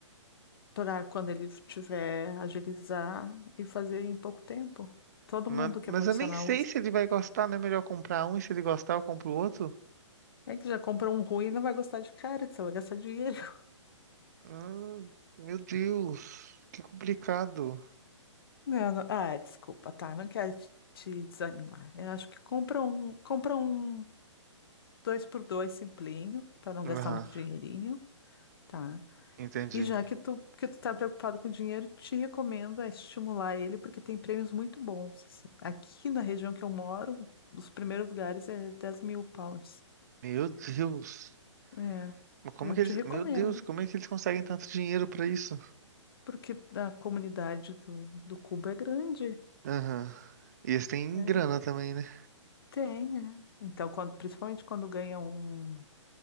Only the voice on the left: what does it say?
Para quando ele tiver agilizar e fazer em pouco tempo. Todo
mundo que
é profissional
usa.
É que já compra um ruim e não vai gostar de cara, só vai gastar dinheiro.
Não, não- ah, é, desculpa, tá. Não quero te, te desanimar. Eu acho que compra um, compra um dois por dois simplinho, para não gastar
muito dinheirinho, tá?
E já que tu, que tu tá preocupado com dinheiro, te recomendo a estimular ele, porque tem prêmios muito bons. assim. Aqui na região que eu moro, os primeiros lugares é dez mil pounds.
É,
eu
te
recomendo,
porque a comunidade do, do Cubo é grande.
né?
Tem, é. Então, quando, principalmente quando ganha um.